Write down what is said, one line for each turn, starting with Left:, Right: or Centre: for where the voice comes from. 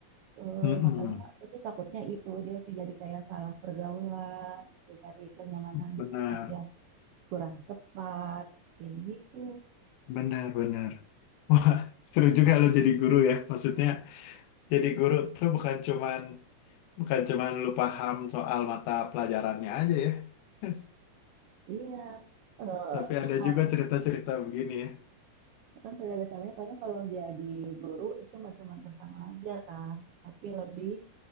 Right: eh,
Left: Mm-mm.
Right: makanya aku tuh takutnya itu dia jadi kayak salah pergaulan gitu, cari kenyamanan
Left: benar
Right: di tempat yang kurang tepat, kayak gitu.
Left: benar benar wah seru juga lo jadi guru ya maksudnya jadi guru tuh bukan cuman Bukan cuman lu paham soal mata pelajarannya aja ya, <laughs>
Right: Iya, eh,
Left: tapi ada
Right: harus
Left: juga cerita-cerita begini ya.
Right: ya kan pada dasarnya karena kalau jadi guru itu nggak cuma tentang ngajar kan, tapi lebih